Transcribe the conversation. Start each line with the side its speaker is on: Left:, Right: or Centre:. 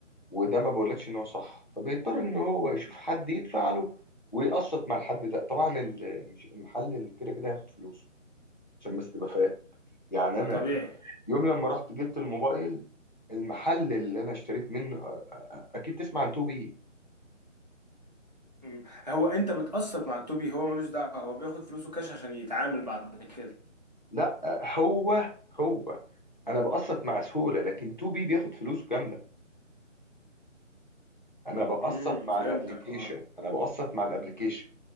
Left: وده ما بقولكش ان هو صح فبيضطر ان هو يشوف حد يدفع له ويقسط مع الحد ده طبعا ال- مش- المحل اللي كده كده هياخد فلوسه عشان بس تبقى فاهم يعني
Right: ده
Left: انا
Right: طبيعي
Left: يوم لما رحت جبت الموبايل المحل اللي انا اشتريت منه اكيد تسمع عن 2 بي
Right: مم. هو انت بتقسط مع التوبي هو ملوش دعوه هو بياخد فلوسه كاش عشان يتعامل بعد كده
Left: لا هو هو انا بقسط مع سهوله لكن 2 بي بياخد فلوسه كامله انا بقسط
Right: امم
Left: مع
Right: فهمتك
Left: الابليكيشن
Right: اه
Left: انا بقسط مع الابليكيشن